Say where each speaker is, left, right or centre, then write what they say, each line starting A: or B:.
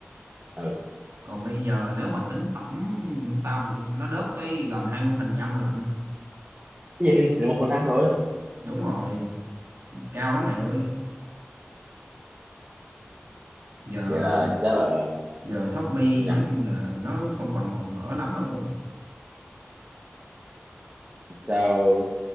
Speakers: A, on the right; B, on the right.
A: ừ.
B: còn bây giờ nếu mà tính tổng tao bị nó đớp tới gần 20% lận
A: Cái gì? Là một phần năm rồi.
B: đúng rồi cao lắm mày ơi giờ
A: vậy là chắc là ờ,
B: giờ Shopee
A: thu nhập
B: nói chung là nó không còn màu mỡ lắm đâu
A: sao